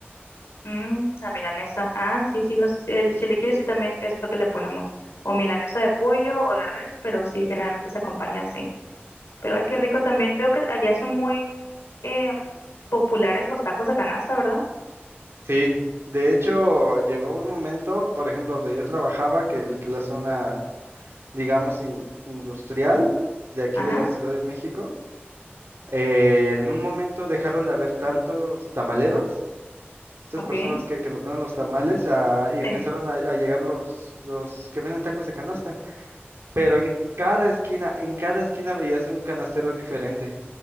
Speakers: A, on the left; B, on the right.
A: Mm, la milanesa. Ah, sí, sí, los, si, el- si le quieres, sí también es lo que le ponemos. O milanesa de pollo o de res, pero sí, generalmente se acompaña así. Pero ay, qué rico también. Veo que allá son muy em, populares los tacos de canasta, ¿verdad?
B: Sí, de hecho, llegó un momento, por ejemplo, donde yo trabajaba, que, que la zona digamos, in- industrial de aquí
A: Ajá,
B: de la Ciudad de México. Eh, en un momento dejaron de haber tantos tamaleros, estas
A: ok.
B: personas que, que nos venden los tamales, ah, y empezaron
A: Sí.
B: a, a llegar los, los que venden tacos de canasta. Pero en cada esquina, en cada esquina veías un canastero diferente.